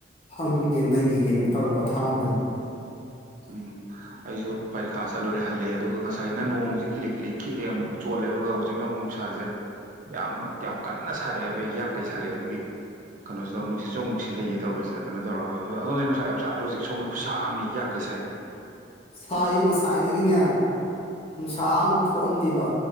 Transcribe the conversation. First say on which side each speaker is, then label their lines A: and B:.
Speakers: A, on the left; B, on the right.
A: ꯐꯝꯈꯤꯒꯦꯅ ꯂꯩꯈꯤꯒꯦꯅ ꯇꯧꯔ ꯄꯣꯊꯥꯔꯝꯕꯅꯤ <inaudible>
B: ꯎꯝ ꯑꯩꯁꯨ ꯄꯔꯤꯈꯥ ꯆꯠꯂꯨꯔꯦ ꯍꯜꯂꯛꯑꯦ ꯑꯗꯨꯒ ꯉꯁꯥꯏꯅ ꯅꯣꯡꯁꯦ ꯈꯤꯛꯂꯤ ꯈꯤꯛꯂꯤ ꯈꯤꯛꯑꯦ ꯑꯃꯨꯛ ꯆꯣꯠꯂꯦ ꯑꯗꯨꯒ ꯍꯧꯖꯤꯛꯅ ꯑꯃꯨꯛ ꯅꯨꯡꯁꯥꯁꯦ ꯌꯥꯝꯅ ꯌꯥꯝ ꯀꯟꯅ ꯁꯥꯔꯛꯑꯦ ꯍꯥꯏꯕ ꯌꯥꯛ ꯀꯩ ꯁꯥꯔꯛꯑꯦ ꯑꯗꯨꯒꯤ ꯀꯩꯅꯣꯁꯨ ꯇꯧꯏ ꯅꯨꯡꯁꯤꯠꯁꯨ ꯃꯨꯛ ꯁꯤꯠꯂꯛꯏꯌꯦ ꯇꯧꯔꯤꯁꯦ ꯀꯩꯅꯣ ꯇꯧꯔꯒ ꯍꯣꯏ ꯑꯗꯣꯅꯦ ꯅꯨꯡꯁꯥ ꯌꯥꯝ ꯁꯥꯗ꯭ꯔꯣ ꯍꯧꯖꯤꯛ ꯁꯣꯝꯗ ꯈꯨꯁꯥ ꯑꯃꯅꯤ ꯌꯥꯛꯀꯩ ꯁꯥꯏ
A: ꯁꯥꯁ ꯉꯁꯥꯏꯗꯒꯤꯅꯦ ꯅꯨꯡꯁꯥ ꯑꯃꯨꯛ ꯊꯣꯛꯑꯝꯗꯦꯕ